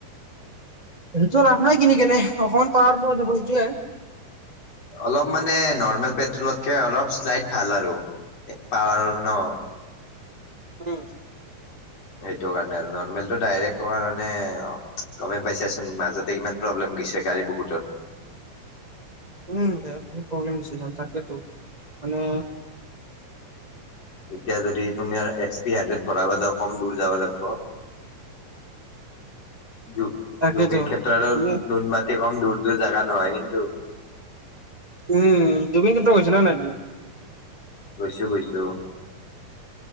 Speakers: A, on the right; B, on the left.
A: সেইটো লাভ নাই কিনি কেনে, অকমান পাৱাৰ পোৱা যাব সেইটোৱে।
B: অলপ মানে, নৰ্মেল পেট্ৰলতকে অলপ শ্লাইড ভাল আৰু, পাৱাৰৰ ন'।
A: উম।
B: এইেটো কাৰণে আৰু, নৰ্মেলটো ডাইৰে্ট তোমাৰ মানে গমে পাইছাঁচোন, মাজতে ইমান প্ৰব্লেম দিছে গাড়ী বহুতৰ।
A: উম, হেয়া বহুত প্ৰব্লেম হৈছে তাকেতো মানে
B: এতিয়া যদি তুমি এক্স পি হাড্ৰেড ভৰাব যা কম দূৰ যাব লাগিব। জু-জুবিন
A: তাকেতো
B: ক্ষেত্ৰ আৰু
A: তুমি
B: নুনমাটি কম <unintelligible> টো জাগা নহয় কিন্তু।
A: উম জুবিন ক্ষেত্ৰ গৈছা নাই তুমি?
B: গৈছোঁ, গৈছোঁ।